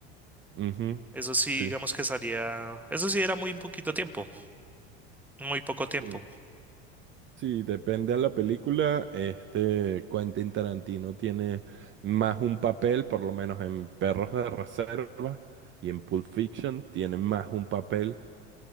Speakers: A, on the right; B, in the centre.
A: Ujú,
B: Eso sí,
A: Sí,
B: digamos que salía, eso sí era muy poquito tiempo, muy poco tiempo,
A: sí. Sí, depende a la película. Este Quentin Tarantino tiene más un papel, por lo menos en Perros de Reserva y en Pulp Fiction tiene más un papel,